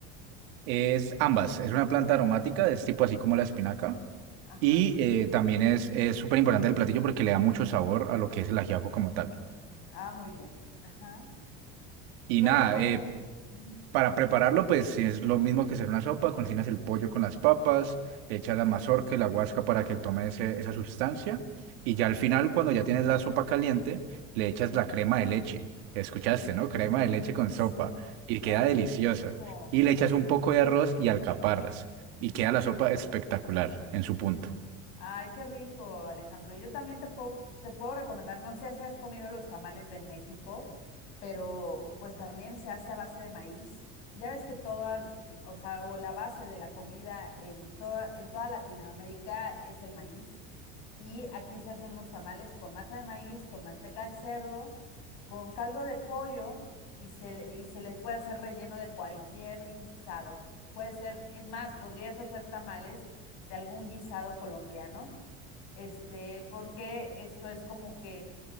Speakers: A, on the right; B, on the left.
A: Es ambas, es una planta aromática, es tipo así como la espinaca.
B: Ajá.
A: Y eh, también es es súper importante el platillo porque le da mucho sabor a lo que es el ajiaco como tal.
B: Ah, muy bien. Ajá.
A: Y
B: ¿Qué
A: nada,
B: otra cosa?
A: eh,
B: Ujú,
A: Para prepararlo, pues es lo mismo que hacer una sopa, cocinas el pollo con las papas, le echas la mazorca y la guasca para que tome ese- esa sustancia y ya al final, cuando ya tienes la sopa caliente, le echas la crema de leche. Escuchaste,
B: ujú.
A: ¿no? Crema de leche con sopa
B: Sí.
A: y queda
B: Ay,
A: deliciosa.
B: qué rico.
A: Y le echas un poco de arroz y alcaparras y queda la sopa espectacular en su punto.
B: Ay, qué rico, Alejandro. Yo también te puedo, te puedo recomendar, no sé si has comido los tamales de México, pero pues también se hace a base de maíz. Ya ves que toda, o sea, o la base de la comida en toda, en toda Latinoamérica es el maíz. Y aquí se hacen unos tamales con masa de maíz, con manteca de cerdo, con caldo de pollo y se, le- y se le puede hacer relleno de cualquier guisado. Puede ser, es más, podrías hacer tamales de algún guisado colombiano, este, porque esto es como que